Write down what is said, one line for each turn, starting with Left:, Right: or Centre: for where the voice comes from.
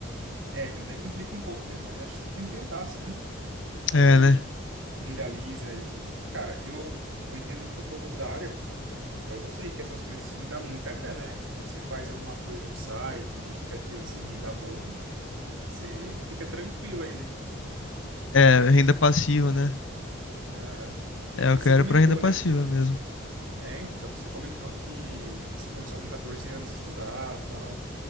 Right: É, então daí complica um pouco, né? Mas acho que você tem que tentar, sim. Vai
Left: É,
Right: que
Left: né?
Right: viraliza aí. E, cara, eu, eu entendo muito pouco da área, mas eu sei que essas coisas, assim, dá muita grana, né? Então, se você faz alguma coisa, um site, um aplicativo, assim, e dá bom, você fica tranquilo aí, né?
Left: É, renda passiva, né?
Right: Aham. E,
Left: É, eu
Right: e
Left: quero
Right: você comentou,
Left: pra renda passiva
Right: né?
Left: mesmo.
Right: É, então, você comentou que você começou com 14 anos a estudar, tal.